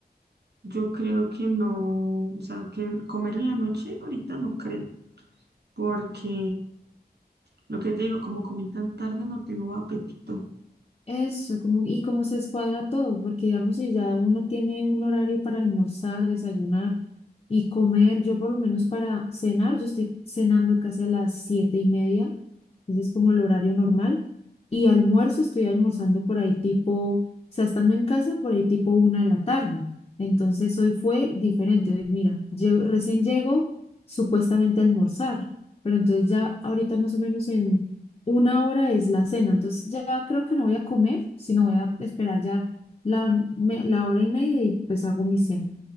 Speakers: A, on the right (about 75°); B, on the left (about 35°).
A: yo creo que no, o sea, que comer en la noche ahorita no creo, porque lo que te digo, como comí tan tarde, no tengo apetito.
B: eso, como, y como se escuadra todo, porque digamos si ya uno tiene un horario para almorzar, desayunar y comer, yo por lo menos para cenar, yo estoy cenando casi a las siete y media entonces como el horario normal. Y almuerzo, estoy almorzando por ahí tipo, o sea, estando en casa por ahí tipo una de la tarde. Entonces hoy fue diferente. hoy, Mira, lle- recién llego supuestamente a almorzar, pero entonces ya ahorita más o menos en una hora es la cena. Entonces ya creo que no voy a comer, sino voy a esperar ya la, me- la hora y media y pues hago mi cena.